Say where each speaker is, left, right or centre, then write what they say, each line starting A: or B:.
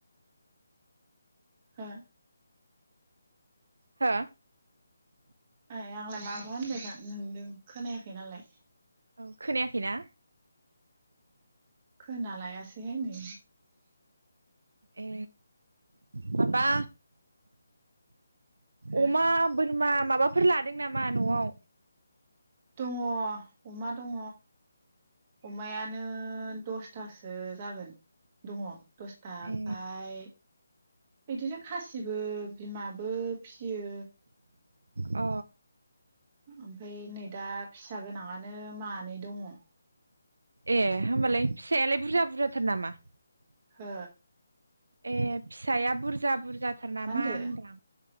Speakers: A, on the right (about 20°); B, on the right (about 75°).
A: हा?
B: हा?
A: आइ आंलाय माबा होनदों नोंदों खोनायाखै नालाय।
B: औ खोनायाखै ना?
A: खोना लायासैहाय नै।
B: ए माबा
A: हो
B: अमा बोरमा माबाफोर लादों नामा न'आव?
A: दङ। अमा दङ अमायानो दसथासो जागोन दङ दसथा ओमफ्राय
B: ए
A: बिदिनो खासिबो बिमा बो फियो।
B: अ
A: ओमफाय नै दा फिसा गोनाङानो मानै दङ।
B: ए होमबालाय फिसायालाय बुरजा बुरजाथार नामा?
A: हो?
B: ए फिसाया बुरजा बुर जाथार नामा
A: होनदो
B: होनदां?